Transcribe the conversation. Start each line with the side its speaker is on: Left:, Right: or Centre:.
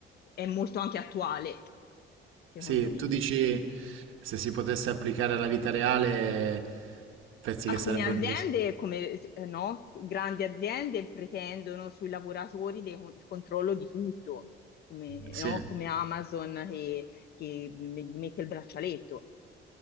Left: è molto anche attuale, secondo
Right: Sì,
Left: me.
Right: tu dici se si potesse applicare alla vita reale, pensi
Left: Alcune
Right: che sarebbe
Left: aziende,
Right: una cosa...
Left: come eh, no, grandi aziende, pretendono sui lavoratori dei- il controllo di tutto, come,
Right: Sì,
Left: no, come Amazon che, che mm, gli mette il braccialetto